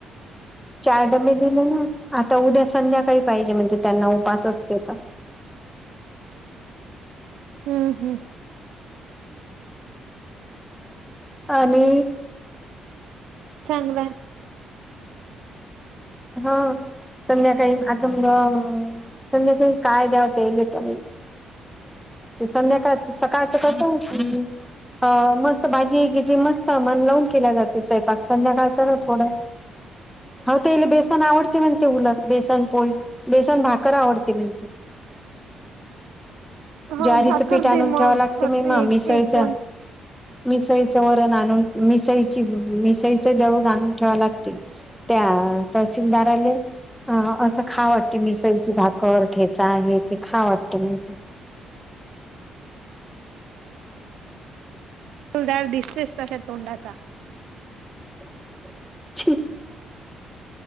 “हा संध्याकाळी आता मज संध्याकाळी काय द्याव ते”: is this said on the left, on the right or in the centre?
Centre